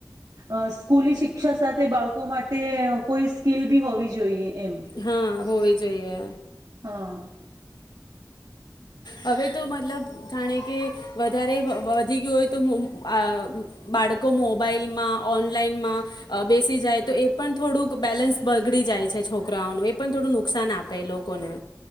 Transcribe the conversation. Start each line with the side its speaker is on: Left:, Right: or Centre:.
Right: અ સ્કૂલી શિક્ષા સાથે બાળકો માટે કોઈ સ્કીિલ બી હોવી જોઈએ. એમ
Left: હા હોવે જોઈએ
Right: હા
Left: હવે તો મતલબ જાણે કે વધારે વધી ગયું હોય તો મુ આ બાળકો મોબાઈલમાં ઓનલાઈનમાં બેસી જાય તો એ પણ થોડુંક બેલેન્સ બગડી જાય છે છોકરાઓનું એ પણ થોડું નુકસાન આપે લોકોને